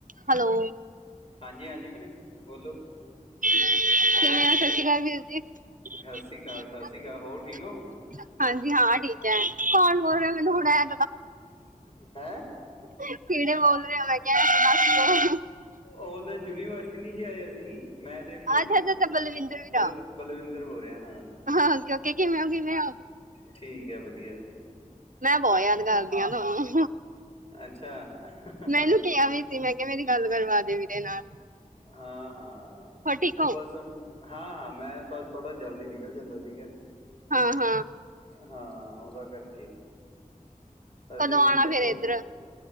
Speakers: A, on the right; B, on the left.
A: ਹੈਲੋ
B: ਹਾਂਜੀ-ਹਾਂਜੀ ਵੀਣੇ ਬੋਲੋ-
A: <unintelligible>
B: ਸਤਿ ਸ੍ਰੀ ਅਕਾਲ ਸਤਿ ਸ੍ਰੀ ਅਕਾਲ ਹੋ ਠੀਕ ਹੋ
A: ਹਾਂਜੀ ਹਾਂ ਠੀਕ ਹੈ। ਕੋਣ ਬੋਲ ਰਿਹਾ ਮੈਨੂੰ ਹੁਣ ਐ
B: ਹੈ
A: ਕਿਹੜੇ ਬੋਲ ਰਹੇ ਮੈਂ ਕਿਹਾ? ਦੱਸ ਦੋ
B: ਉਹ ਦਿਨ ਯੂਨੀਵਰਸਿਟੀ ਨੀ ਸੀ ਆਏ, ।ਅਸੀਂ ਮੈਂ ਤੇ ਅਭਿਸ਼ੇਕ,
A: ਅੱਛਾ ਅੱਛਾ ਅੱਛਾ ਬਲਵਿੰਦਰ ਵੀਰਾ
B: ਬਲ-ਬਲਵਿੰਦਰ। ਹੋ ਰਿਹਾ।
A: ਹਾਂ, ਕਿਉਂਕਿ ਕਿਵੇਂ ਹੋ, ਕਿਵੇਂ ਹੋ। <inaudible>
B: ਠੀਕ ਹੈ, ਵਧੀਆ ਜੀ।
A: ਮੈਂ ਬਹੁਤ ਯਾਦ ਕਰਦੀ ਹਾਂ, ਤੁਹਾਨੂੰ।
B: ਅੱਛਾ
A: ਮੈਨੂੰ ਇਹਨੂੰ ਕਿਹਾ ਵੀ ਸੀ ਮੈਂ ਕਿਹਾ ਮੇਰੀ ਗੱਲ ਕਰ- ਦੇ ਵੀਰੇ ਨਾਲ।
B: ਹਾਂ। ਹਾਂ,
A: ਹੋਰ ਠੀਕ
B: ਉਹ
A: ਹੋ
B: ਬਸ ਹਾਂ, ਹਾਂ ਮੈਂ ਬਸ ਥੋੜ੍ਹਾ ਜਲਦੀ ਨਿਕਲ ਜਾਂਦਾ ਸੀਗਾ।
A: ਹਾਂ-ਹਾਂ।
B: ਹਾਂ, ਉਹਦਾ ਕਰਕੇ। ਅਸੀਂ
A: ਕਦੋਂ ਆਉਣਾ
B: ਇਕੱਠੇ
A: ਫੇਰ ਇੱਧਰ